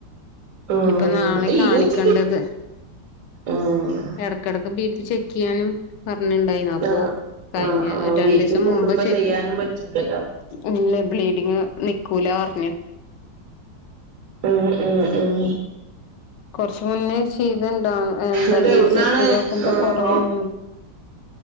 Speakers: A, on the right (about 85°); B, on the left (about 75°).
A: ആഹ്
B: ഇപ്പൊ നാളെ
A: ഏയ്
B: കാണിക്കണ്ടത്
A: ഒതുങ്ങി ആഹ്
B: എടക്കെടെക്ക് ബീപി ചെക്കിയ്യാനും പറഞ്ഞിണ്ടായിന്നു അപ്പൊ
A: ആഹ്
B: കഴിഞ്ഞ
A: ആഹ് ആഹ്
B: രണ്ടീസം
A: വീട്ടിൽ കൂടുമ്പോ
B: മുമ്പ് ചെക്ക്
A: ചെയ്യാനും പറ്റൂല്ലല്ലോ
B: ഇല്ല ബ്ലീഡിങ്ങ് നിക്കൂല പറഞ്ഞു
A: ഉം ഉം ഉം
B: കൊറച്ച് മുന്നേ ചെയ്തുണ്ടാവും എന്താ
A: എന്നിട്ട്
B: ബീപി
A: എവിടുന്നാണ്
B: ചെക്ക് ചെയ്ത നോക്കുമ്പോ
A: ആഹ്
B: കൊറവാണ്